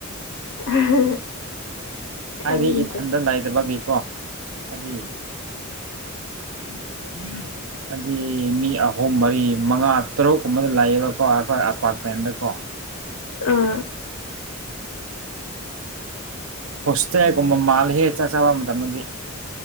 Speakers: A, on the left; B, on the right.
A: <unintelligible> ꯈꯪꯗ꯭ꯔꯦ
B: ꯍꯥꯏꯗꯤ ꯏꯊꯟꯗ ꯂꯩꯗꯕꯒꯤꯀꯣ ꯍꯥꯏꯗꯤ
A: ꯎꯝ ꯎꯝ
B: ꯑꯗꯨꯗꯤ ꯃꯤ ꯑꯍꯨꯝ ꯃꯔꯤ ꯃꯉꯥ ꯇꯔꯨꯛ ꯀꯨꯝꯕꯗ ꯂꯩꯌꯦꯕꯀꯣ ꯑꯩꯈꯣꯏ ꯑꯄꯥꯔꯠꯃꯦꯟꯗꯀꯣ
A: ꯑꯥ
B: ꯍꯁꯦ ꯍꯥꯏ ꯀꯨꯝ ꯃꯥꯜ ꯍꯦ ꯆꯕ ꯗꯤ